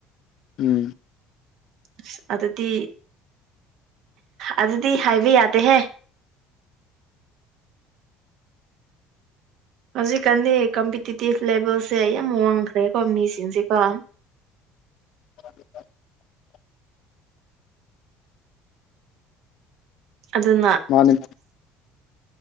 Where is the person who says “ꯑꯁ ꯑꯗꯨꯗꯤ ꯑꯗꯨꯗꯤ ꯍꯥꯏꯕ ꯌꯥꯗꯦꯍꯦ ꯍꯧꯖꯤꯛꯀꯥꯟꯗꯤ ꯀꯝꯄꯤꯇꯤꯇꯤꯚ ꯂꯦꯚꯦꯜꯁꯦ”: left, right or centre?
Right